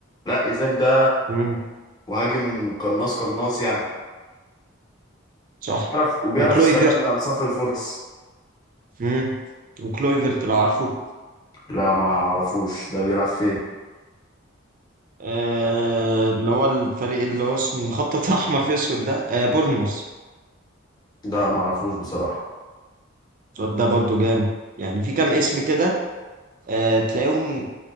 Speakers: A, on the left (about 20°); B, on the right (about 45°).
A: لا إيزاك ده
B: مم.
A: مهاجم قناص قناص يعني
B: صح
A: بيعرف وبيعرف
B: وكلويفرت
A: يستغل أنصاف الفرص
B: مم. وكلويفرت لو عارفه
A: لا ما اعرفوش ده بيلعب فين
B: آه، اللي هو الفريق اللي هو اسمه مخطط <laughs> احمر في اسود ده آه، بورنموث
A: ده ما اعرفوش بصراحة
B: الواد ده برضو جامد يعني في كام اسم كده آه، تلاقيهم